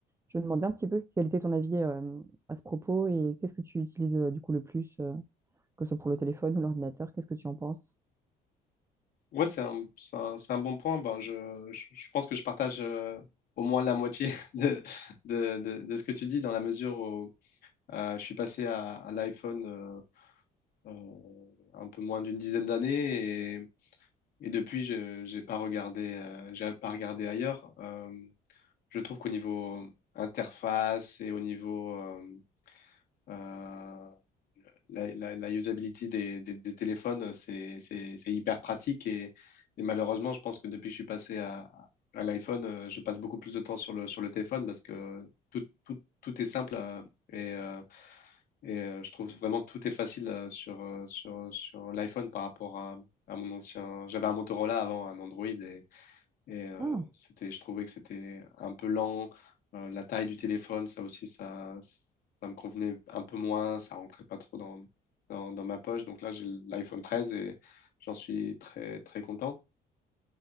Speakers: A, on the right; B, on the left.
A: Je me demandais un petit peu quel était ton avis euh, à ce propos et qu'est-ce que tu utilises euh, du coup le plus, euh, que ce soit pour le téléphone ou l'ordinateur, qu'est-ce que tu en penses?
B: Ouais, c'est un, c'est un, c'est un bon point. Ben, je, je, je pense que je partage euh, au moins la moitié <laughs> de, de, de, de ce que tu dis, dans la mesure où euh, je suis passé à, à l'iPhone euh, euh, un peu moins d'une dizaine d'années et, et depuis, je j'ai pas regardé, euh, j'ai pas regardé ailleurs. Euh, je trouve qu'au niveau interface et au niveau euh, euh, la, la- la usability des, des- des téléphones, c'est c'est- c'est hyper pratique et, et malheureusement, je pense que depuis que je suis passé à, à l'iPhone, euh, je passe beaucoup plus de temps sur le, sur le téléphone parce que tout, tout, tout est simple euh, et, euh, et euh, je trouve vraiment tout est facile euh, sur, euh, sur, sur l'iPhone par rapport à, à mon ancien. J'avais un Motorola avant, un Android et et euh,
A: Ah,
B: c'était, je trouvais que c'était un peu lent. Euh, la taille du téléphone, ça aussi, ça, ça me convenait un peu moins. Ça rentrait pas trop dans, dans, dans ma poche. Donc là, j'ai l'iPhone 13 et j'en suis très, très content.